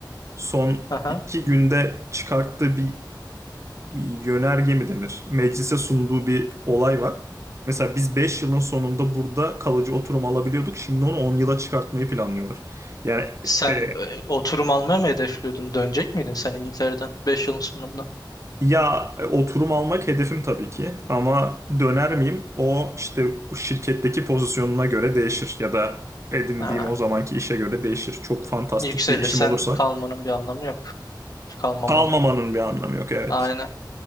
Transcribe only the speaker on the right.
son
iki günde çıkarttığı bir yönerge mi denir? Meclise sunduğu bir olay var. Mesela biz 5 yılın sonunda burada kalıcı oturum alabiliyorduk. Şimdi onu 10 yıla çıkartmayı planlıyorlar. Yani
e,
ya oturum almak hedefim tabii ki ama döner miyim? O işte bu şirketteki pozisyonuna göre değişir ya da edindiğim
o zamanki işe göre değişir. Çok fantastik
bir işim olursa
kalmamanın bir anlamı yok evet.